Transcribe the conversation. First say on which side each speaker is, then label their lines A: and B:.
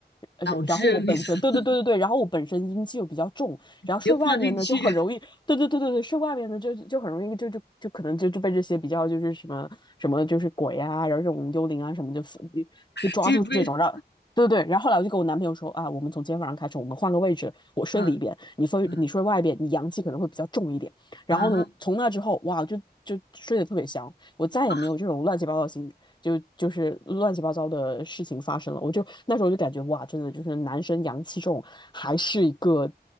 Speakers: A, on the left; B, on the left.
A: 呃然后我本身对对对对对，
B: 导致你 <laughs>
A: 然后我本身阴气又比较重。然后睡外面呢就很容易，
B: 你就放进去，
A: 对对对对对，睡外面呢就就很容易就就就可能就就被这些比较就是什么什么就是鬼啊，然后这种幽灵啊什么就被被抓住这种，
B: <laughs> 就被
A: 让对对对，然后后来我就跟我男朋友说啊，我们从今天晚上开始，我们换个位置，我睡里边，
B: 啊
A: 你睡你睡外边，
B: 啊
A: 你阳气可能会比较重一点。然后呢，
B: 啊。
A: 从那之后，哇，就就睡得特别香，我再也没有这种乱七八糟的心就就是乱七八糟的事情发生了。
B: 啊
A: 我就那时候就感觉哇，真的就是男生阳气重，还是一个